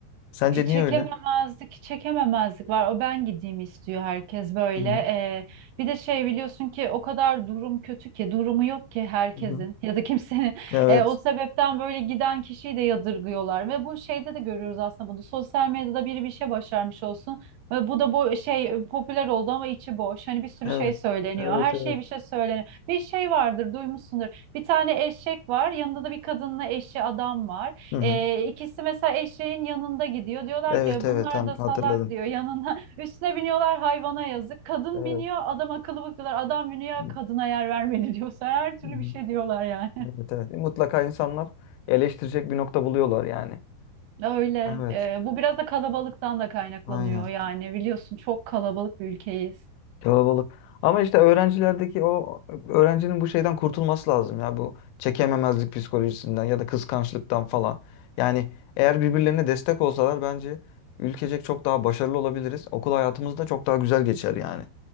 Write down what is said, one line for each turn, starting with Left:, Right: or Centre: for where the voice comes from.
Left: Sence
Right: E, Çekememezlik,
Left: niye öyle?
Right: çekememezlik var. O ben gideyim istiyor herkes böyle.
Left: Hı hı.
Right: E, bir de şey biliyorsun ki o kadar durum kötü ki, durumu yok ki herkesin
Left: Hı hı.
Right: ya da kimsenin.
Left: Evet.
Right: E, o sebepten böyle giden kişiyi de yadırgıyorlar. Ve bu şeyde de görüyoruz aslında bunu. Sosyal medyada biri bir şey başarmış olsun. Ve bu da bu şey e, popüler oldu ama içi boş. Hani bir sürü
Left: Evet.
Right: şey söyleniyor.
Left: Evet,
Right: Her
Left: evet.
Right: şeye bir şey söyleniyor. Bir şey vardır, duymuşsundur. Bir tane eşek var. Yanında da bir kadınla eşi adam var.
Left: Hı hı.
Right: Ee, ikisi mesela eşeğin yanında gidiyor. Diyorlar
Left: Evet,
Right: ki
Left: evet.
Right: bunlar
Left: Tamam
Right: da salak
Left: hatırladım.
Right: diyor yanına. <laughs> Üstüne biniyorlar hayvana yazık. Kadın
Left: Evet.
Right: biniyor adam akıllı bak diyorlar. Adam biniyor
Left: Hı
Right: kadına yer vermedi diyor. <laughs> Sen her türlü
Left: hı.
Right: bir şey diyorlar yani.
Left: Evet, evet. Mutlaka insanlar eleştirecek bir nokta buluyorlar yani.
Right: <laughs> Öyle.
Left: Evet.
Right: Ee, bu biraz da kalabalıktan da kaynaklanıyor
Left: Aynen.
Right: yani. Biliyorsun çok kalabalık bir ülkeyiz.
Left: Kalabalık. Ama işte öğrencilerdeki o öğrencinin bu şeyden kurtulması lazım ya bu çekememezlik psikolojisinden ya da kıskançlıktan falan. Yani eğer birbirlerine destek olsalar bence ülkecek çok daha başarılı olabiliriz. Okul hayatımız da çok daha güzel geçer yani.